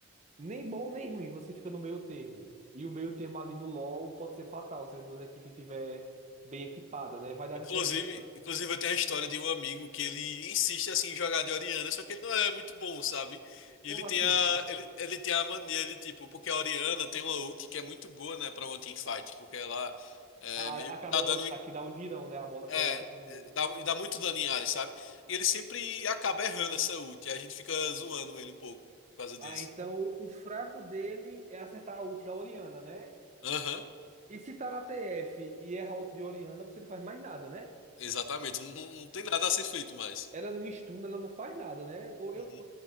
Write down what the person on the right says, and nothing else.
Nem bom nem ruim, você fica no meio termo. E o meio termo ali no LoL pode ser fatal se as duas equipes estiverem bem equipada
né? Vai dar
diferença.
Como
assim?
Tipo,
a,
a, que a
bola
aqui dá um girão, né? A bola
que ela dá tipo.
um.
Ah, então o fraco dele é acertar a ult da Orianna, né?
E se tá na TF e erra a ult de Orianna, você não faz mais nada, né?
Ela não estuna, ela não faz nada, né? Eu, eu-
eu-